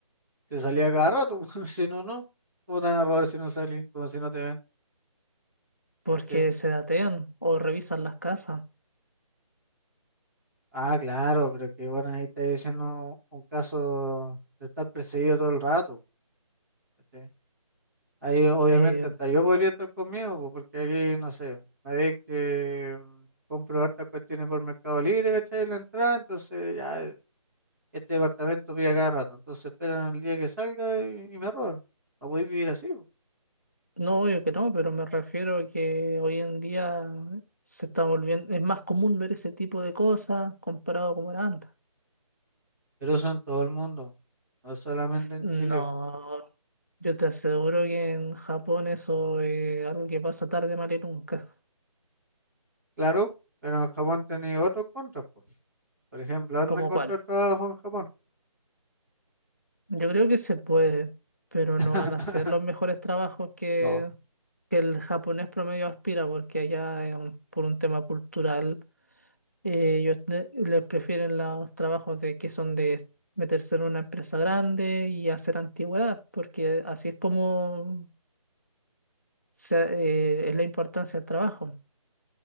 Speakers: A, on the right; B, on the left.
A: Te salía cada rato, <laughs> si no, no. ¿Cómo te van a robar si no salís? Como si no te ven,
B: Porque
A: ¿cachai?
B: se datean o revisan las casas.
A: Ah, claro, pero que bueno, ahí está diciendo un caso de estar perseguido todo el rato, ¿cachai? Ahí obviamente
B: Eh,
A: hasta yo podría estar conmigo, po, porque aquí, no sé, me ven que mm, compro hartas cuestiones por Mercado Libre, ¿cachai? La entrada, entonces ya Este departamento pide a cada rato, entonces esperan el día que salga y, y me roban. No voy a vivir así, po.
B: no, obvio
A: ¿no?
B: que no, pero me refiero a que hoy en día se está volviendo, es más común ver ese tipo de cosas comparado como era antes.
A: Pero eso en todo el mundo, no solamente
B: S-
A: en
B: No,
A: Chile.
B: yo te aseguro que en Japón eso es algo que pasa tarde, mal y nunca.
A: Claro, pero en Japón tenéis otros contras, po. Por ejemplo, anda
B: ¿Como
A: a encontrar
B: cuál?
A: trabajo en Japón.
B: Yo creo que se puede, pero
A: <laughs>
B: no van a ser los mejores trabajos que,
A: No,
B: que el japonés promedio aspira, porque allá, eh, por un tema cultural Eh, ellos le- les prefieren los trabajos de que son de meterse en una empresa grande y hacer antigüedad, porque así es como se- eh, es la importancia del trabajo.